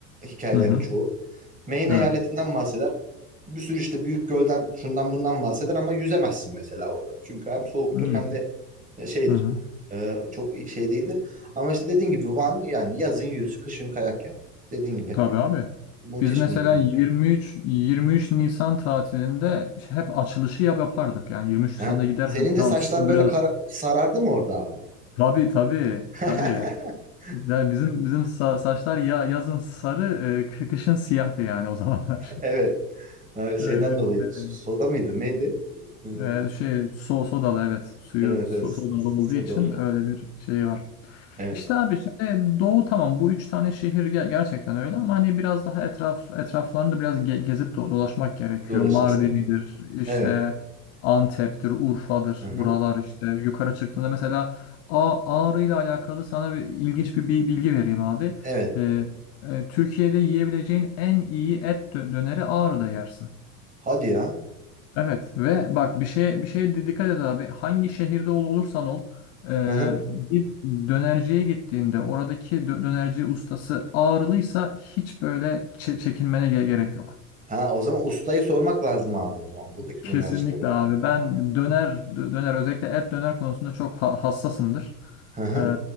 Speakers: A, on the right (about 15°); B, on the left (about 30°).
A: hikayelerin
B: Hı hı.
A: çoğu. Maine
B: Evet.
A: eyaletinden bahseder. Bir sürü işte büyük gölden şundan bundan bahseder ama yüzemezsin mesela orada. Çünkü hem soğuktur
B: Evet.
A: hem de E, Şeydir.
B: Hı hı.
A: E, çok şey değildir. Ama işte dediğin gibi Van yani yazın yüz, kışın kayak yap. Dediğin gibi.
B: Tabii abi.
A: Müthiş
B: Biz mesela
A: bir imkan.
B: 23 23 Nisan tatilinde hep açılışı yap yapardık. Yani 23 Nisan'da
A: Ha?
B: gider
A: Senin
B: hani
A: de
B: tamam
A: saçlar
B: su
A: böyle
B: biraz
A: kara- sarardı mı orada abi?
B: tabii tabii
A: <laughs>
B: tabii. Yani bizim bizim sa- saçlar ya yazın sarı, e, kı- kışın siyahtı yani o zamanlar. <laughs>
A: Evet. E, Şeyden
B: Öyle
A: dolayı.
B: bir şey.
A: Soda mıydı? Neydi? E,
B: E, şey so sodalı evet. Suyu
A: Evet,
B: so
A: evet.
B: sodalı
A: Soda.
B: olduğu için öyle bir şey var.
A: Evet.
B: İşte abi şimdi Doğu tamam bu üç tane şehir ge- gerçekten öyle ama hani biraz daha etraf etraflarında biraz ge- gezip do- dolaşmak gerekiyor.
A: Dolaşıyorsun.
B: Mardin'idir işte
A: Evet.
B: Antep'tir, Urfa'dır
A: Hı-hı.
B: buralar işte yukarı çıktığında mesela A Ağrı ile alakalı sana bir ilginç bir, bi- bilgi vereyim abi.
A: Evet.
B: Ee, e, Türkiye'de yiyebileceğin en iyi et dö- döneri Ağrı'da yersin.
A: Hadi ya.
B: Evet ve bak bir şey bir şeye di- dikkat et abi. Hangi şehirde ol olursan ol, e,
A: Hı-hı.
B: bir dönerciye gittiğinde oradaki dö- dönerci ustası ağırlıysa hiç böyle çe- çekinmene ge- gerek yok.
A: Ha o zaman ustayı sormak lazım abi o zaman buradaki
B: Kesinlikle
A: dönercilere
B: abi.
A: de.
B: Ben döner dö- döner özellikle et döner konusunda çok ha- hassasımdır.
A: Hı-hı.
B: E,